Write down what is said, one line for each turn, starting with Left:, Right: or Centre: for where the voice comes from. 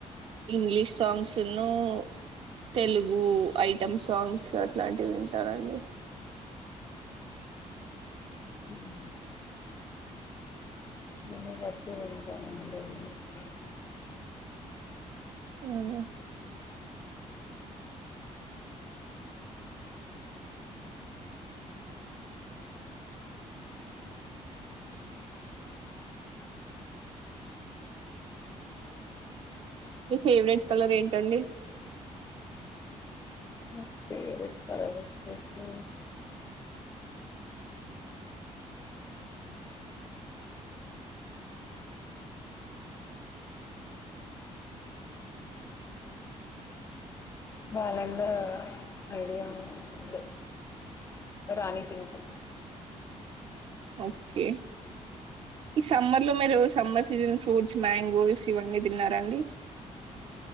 Right: ఇంగ్లీష్ సాంగ్స్ ను, తెలుగు ఐటెమ్ సాంగ్స్ అట్లాంటివి వింటానండి.
Left: హ్మ్ <unintelligible> వింటానండి
Right: అవునా మీ ఫేవరెట్ కలర్ ఏంటండి
Left: నా ఫేవరెట్ కలర్ వచ్చేసి బాలండా ఐడియా ఉందా రాణి పింక్
Right: ఓకే ఈ సమ్మర్లో మీరు సమ్మర్ సీజన్ ఫ్రూట్స్ మ్యాంగోస్ ఇవన్నీ తిన్నారా అండి